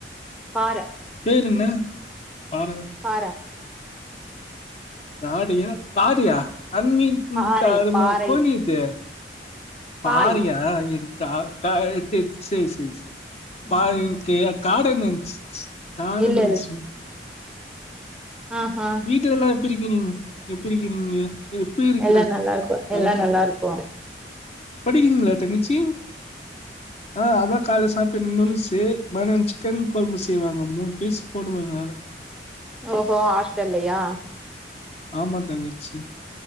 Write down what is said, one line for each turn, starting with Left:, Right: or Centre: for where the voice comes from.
Centre: பார
Left: பேரென்ன பார
Centre: பாற
Left: தாடியா தாரியா அந்தமீன் கூப்பிட்டாலுமாவா
Centre: பாறை பாறை
Left: கோணிக்குது பாறியா
Centre: பாய்
Left: இருக்கா க சேர் சேரி
Centre: ம்
Left: பாரக்கெ
Centre: ம்
Left: காடன் நென்ச்சு காட
Centre: இல்ல
Left: நென்ச்சு
Centre: ஆ ஆ
Left: வீட்ல எல்லா எப் இருக்கிறிங் எப்டி இருக்கீங்க எப்டி இருக்குற
Centre: எல்லா நல்லா இருக்கு எல்லா
Left: ஆ
Centre: நல்லா இருக்கோ
Left: படிக்கீறிங்ளா தங்கச்சி ஆ அதா கால்ல சாப்ட்ட நுல்சு மதிய சிக்கன் கொழம்பு செய்வாங்க மூணு பீஸ் போடுவாங்க
Centre: ஓஹோ ஹஸ்டல்லயா
Left: ஆமா தங்கச்சி